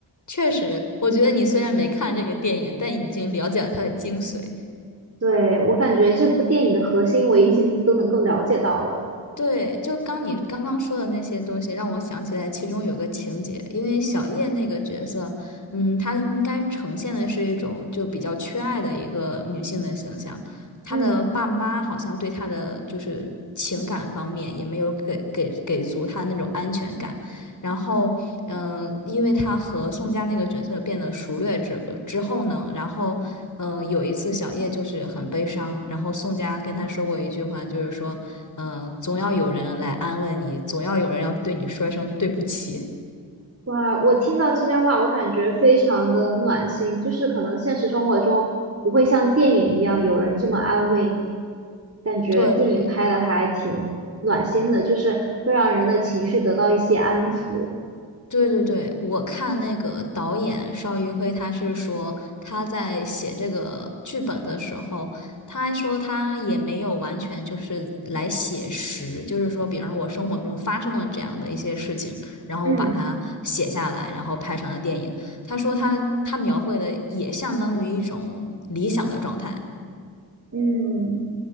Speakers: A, on the left; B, on the right.
A: 确实，我觉得你虽然没看这个电影，但已经了解了它的精髓。
B: 对，我感觉这部电影的核心我已经都能够了解到了。
A: 对，就刚你刚刚说的那些东西，让我想起来其中有个情节，因为小叶那个角色，嗯，她应该呈现的是一种就比较缺爱的一个女性的形象，她的爸妈好像对她的就是情感方面也没有给给给足她那种安全感，
B: 嗯，
A: 然后，嗯、呃因为她和宋佳那个角色变得熟略之之后呢，然后。嗯，有一次小叶就是很悲伤，然后宋佳跟她说过一句话，就是说。嗯，总要有人来安慰你，总要有人要对你说一声对不起。
B: 哇，我听到这些话，我感觉非常的暖心，就是可能现实生活中不会像电影一样有人这么安慰你，感觉电影拍的还挺暖心的，
A: 对
B: 就是会让人的情绪得到一些安抚。
A: 对对对，我看那个导演邵艺辉，他是说他在写这个剧本的时候，他还说他也没有完全就是来写实，就是说，比方说我生活中发生了这样的一些事情，然后我把它写下来，
B: 嗯。
A: 然后拍成了电影。他说他他描绘的也相当于一种理想的状态。
B: 嗯，